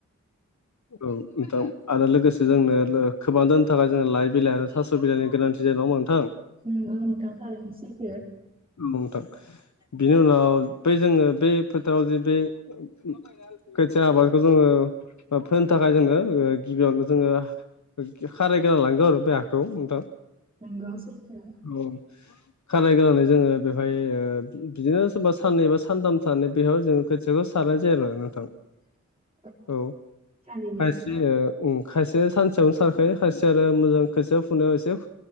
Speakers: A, on the left; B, on the right.
A: औ नोंथा आरो लोगोसे जोंनो खोबना जानो थाखाय जों लाइ बिलाइ आरो थास' बिलाइनि गोनांथि जायो ना नोंथां
B: नोंगौ नोंथां थारैनो सैथो
A: नोंथां बिनि उनाव बै जोङो बे फोथाराव जे बे खोथिया आबादखौ जोङो फोनो थाखाय जोङो गिबियावनो जोङो खारायगोना लानांगौ आरो बे हाखौ नोंथां
B: नंगौ सैथो
A: औ खारायग्रोनानै जोङो बेवहाय ओ बिदिनो सोरबा साननै बा सानथाम थानानै बेहाय जों खोथियाखौ सारनाय आरोना नोंथां।
B: <inaudible>
A: औ
B: थारैनो
A: खायसे ओ उम खायसेया सानसेयावनो सारखायो खायसेया आरो मोजां खायसेयाव फुनायाव एसे